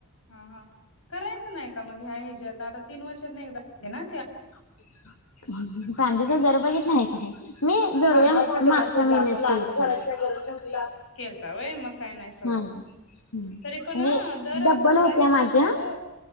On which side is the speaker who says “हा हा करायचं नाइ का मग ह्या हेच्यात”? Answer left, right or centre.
Left